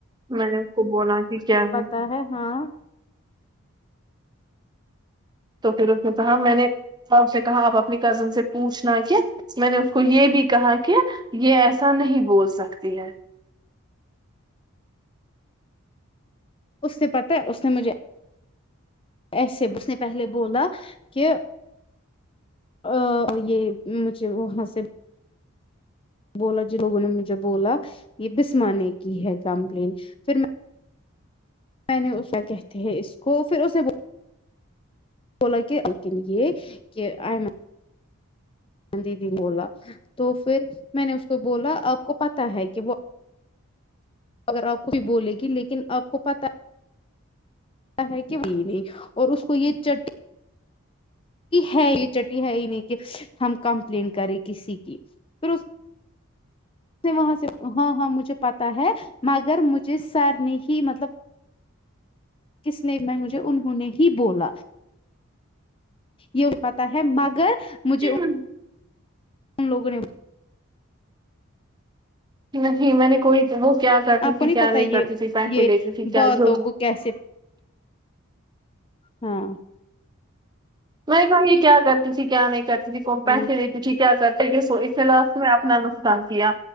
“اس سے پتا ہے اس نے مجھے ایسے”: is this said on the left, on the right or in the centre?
Left